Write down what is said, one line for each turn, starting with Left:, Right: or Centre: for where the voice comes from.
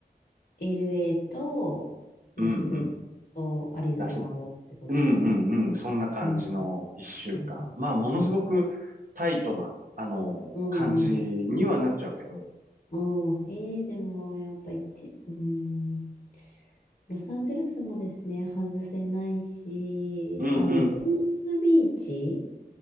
Left: LA とラスベガスとアリゾナをってことですか
Right: うんうん。だしうんうんうん、そんな感じの一週間。
Left: うん。なるほど。
Right: まあものすごくタイトな、あの、
Left: うんうん。
Right: 感じにはなっちゃうけど。
Left: うん。えー、でもやっぱ行って、うん。ロサンゼルスもですね、外せないし、
Right: うんうん。
Left: あの、ベニスビーチ、